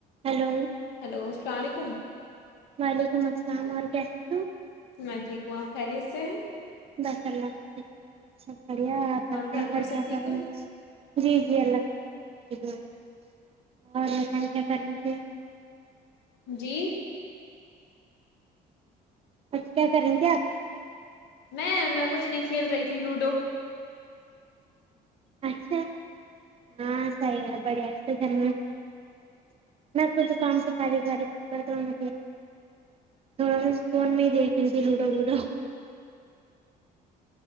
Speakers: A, on the right; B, on the left.
A: hello
B: hello السلام علیکم
A: وعلیکم السلام اور کیسے ہو
B: میں ٹھیک ہوں آ پ خیریت سے
A: بس اللہ کا شکر آ بس بڑھیا آپ بتائیں
B: گھر پر
A: اور
B: سب
A: کیا
B: ٹھیک
A: کر
B: ہے
A: جی جی اللہ کا اور بتاتے کیا کر رھی ھیں
B: جی
A: اچھا کیا کریں تھے آپ
B: میں میں کچھ نہیں کھیل رہی تھی لوڈو
A: اچھا ہاں صحیح ہے بڑھیا ہے تو گھر میں میں دکام سے فار و کرتا ہوں تھڑا فون میں ہی دیکھ رہ ت لوڈو وڈو